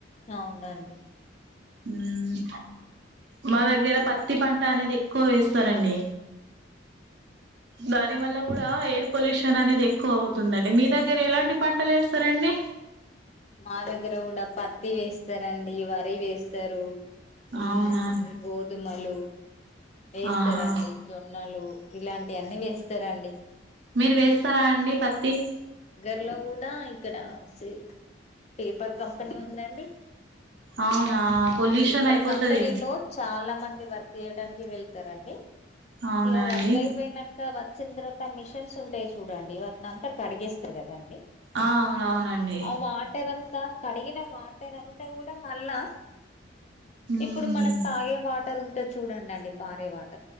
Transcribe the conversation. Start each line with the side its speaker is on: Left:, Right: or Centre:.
Left: అవునండి
Right: హ్మ్ మ దెగ్గర ప పంట అనేది ఎక్కువ ఎస్తారు అండి దాన్ని వాళ్ళ కూడా ఎయిర్ పొల్యూషన్ అనేది ఎక్కువ అవుతుంది అండి మీ దెగ్గర ఎ ఎలాంటి పంటలు వేస్తారండి
Left: మా దగ్గర గూడ పత్తి వేస్తరండి వరి వేస్తరు. మ్మ్
Right: అవునా
Left: గోధమలు వేస్తరండి
Right: ఆహా
Left: జొన్నలు ఇలాంటి అన్ని వేస్ సరే అండి.
Right: మీరు వేస్తారా అండి పత్తి?
Left: డ్ల కూడా ఇక్కడ సె పేపర్ కంపెనీ ఉందండి.
Right: అవునా పొల్యూషన్
Left: ఆ పేపర్
Right: అయిపోతది
Left: కంపెనీ లో చాలా మంది వర్క్ చేయడాని వెళ్తారాండి
Right: అవునా
Left: ఇక
Right: అండి
Left: వర్క్ అయిపోయినంక వచ్చిన తరువాత మిషన్స్ ఉం ఉంటాయి చూడండి నాంతా కడిగేస్తారు కదా అండి
Right: ఆ అవునవునండి
Left: ఆ వాటర్ అం అంత కడిగిన వాటర్ అంతా కూడా మళ్ళా
Right: ఉమ్
Left: ఇప్పుడు మనం తాగే వాటర్ ఉం చూడండండి పారేవాట్